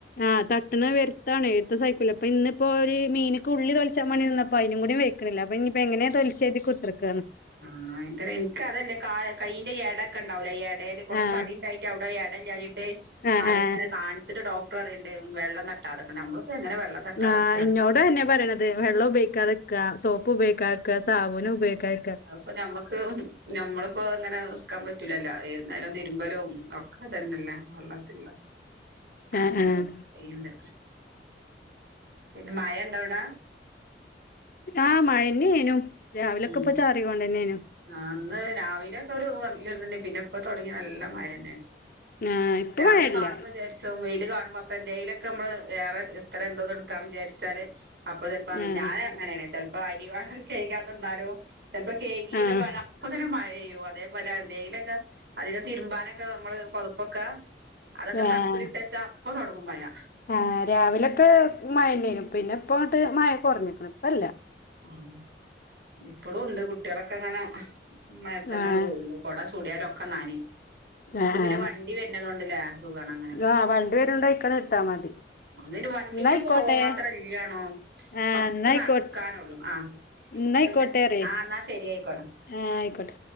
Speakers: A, on the left (about 50°); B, on the right (about 65°).
A: ആഹ് തട്ട്ണ് വരുത്താണ് എത്ത സൈക്കില് അപ്പ ഇന്നിപ്പൊ ഒരി മീന്ക്ക് ഉള്ളി തൊളിച്ചാവേണ്ടിട്ട് നിന്നപ്പ അയിനുംകൂടി വെയ്ക്കണില്ല അപ്പ ഇനിപ്പ എങ്ങനാ തൊലിച്ചഴതി കുത്തിർക്കാന്
B: ആഹ് എനക്കറിയ എനക്ക് അതല്ലേ കാ കയ്യിന്റെ എടക്കെ ഒണ്ടാവല്ലെ എട എടേൽ കൊറച്ച്
A: ആഹ്
B: തടിണ്ടായിട്ട് അവിടെ എടല്ലാഞ്ഞിട്ട്
A: ആഹ്
B: അതിങ്ങനെ
A: ആഹ്
B: കാണിച്ചിട്ട് ഡോക്ർ അറിയണ്ടേ വെള്ളം തട്ടാതൊക്കെ നമ്മളിപ്പൊ എങ്ങനെ വെള്ളം തട്ടാതെക്കാ
A: ആഹ് ഇന്നോടന്നെ പറയണത് വെള്ളം ഉപയോക്കാതെക്ക സോപ്പ് ഉപയോക്കാക്ക സാബൂന ഉപയോക്കാക
B: അപ്പൊ ഞമ്മക്ക് ഞമ്മളിപ്പോ അങ്ങനെ നിക്കാൻ പറ്റൂലല്ലോ ഏകുന്നേരം തിരുമ്പലും അതന്നല്ലേ വെള്ളത്തിള്ള
A: ആഹ്
B: അങ്ങനെ
A: ആഹ്
B: ഇണ്ട് പിന്നെ മഴ ഇണ്ടോവിട
A: ആഹ് മഴെന്നെയേനു രാവിലോക്കെപ്പ
B: ഉം
A: ചാറികൊണ്ടേണ്ടേനു
B: ആഹ് ഇന്ന് രാവിലെ ഒക്കെ ഒരു വരു തന്നെ പിന്നെ ഇപ്പൊ തൊടങ്ങി നല്ല മഴെന്നെയാണ്
A: ആഹ് ഇപ്പൊ
B: രാവിലെ
A: മഴല്ല
B: കാണുമ്പൊ വിചാരിച്ച് വെയില് കാണുമ്പോ അപ്പൊ എന്തേലൊക്കെ മ്മള് വേറെ എസ്ത്രെ എന്തോന്ന് എടുക്കാം വിചാരിച്ചാല് അപ്പൊ ചെലപ്പ അങ്ങന
A: ആഹ്
B: ഞാൻ അങ്ങനേണ് ചെലപ്പൊ അരി വ കയ്ക്കാൻ നിന്നാലോ ചെലപ്പൊ കെയ്കിടെ
A: ആഹ്
B: വണ അപ്പതന്നെ മഴേയ്യും അതേപോലെ എന്തെങ്കിലൊക്കെ അധികം തിരുമ്പാനൊക്കെ നമ്മള് പൊതുപ്പൊക്കെ അതൊക്കെ
A: ആഹ്
B: സർപ്പിലിട്ടച്ചാ അപ്പൊ തൊടങ്ങും മയാ
A: ആഹ് രാവിലൊക്കെ മഴന്നേനു പിന്നെ ഇപ്പങ്ങട്ട് മഴ കുറഞ്ഞക്കണു ഇപ്പല്ല
B: ഉം ഇപ്പളുണ്ട് കുട്ടികളൊക്കെ അങ്ങനെ ഉം മഴേത്തന്നേണ്
A: ആഹ്
B: പോവിണ്ട കൊട ചൂടിയാല് ഒക്കെ നനയ് ഇങ്ങക്ക്
A: ആഹ്
B: പിന്നെ
A: ആഹ്
B: വണ്ടി വരണതോണ്ടിലെ സുഖാണ് അങ്ങനെ
A: ആഹ് വണ്ടി വരുണ്ടോയ്ക്കണ് ഇട്ടാ മതി
B: ഇത്ന് വണ്ടീല്
A: ന്നായിക്കോട്ടെ
B: പോവാൻ മാത്രം ഇല്ലാണു
A: ആഹ്
B: കൊറച്ച്
A: ന്നായിക്കോ
B: നട ക്കാനുള്ളൂ ആഹ്
A: ന്നായിക്കോട്ടെ
B: പിന്നെ
A: പറയ്
B: ആഹ് എന്ന ശരി ആയികോട്ട
A: ആഹ് ആയിക്കോട്ടെ